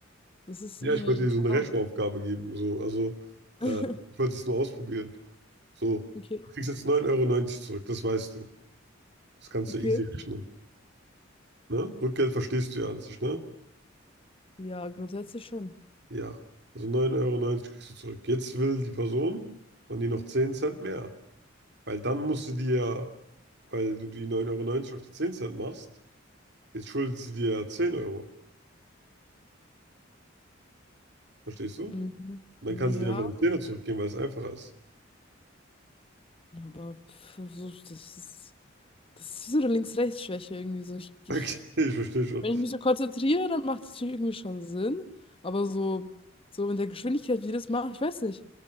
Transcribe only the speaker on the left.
Das ist
irgendwie,
keine
Ahnung.
<laughs>
Okay,
okay.
Ja, grundsätzlich schon.
Mhm.
Ja,
aber pff, so, das ist, das ist so eine Links-Rechts-Schwäche irgendwie, so, ich, ich
Wenn ich mich so konzentriere, dann macht es natürlich irgendwie schon Sinn. Aber so, so in der Geschwindigkeit, wie die das machen, ich weiß nicht.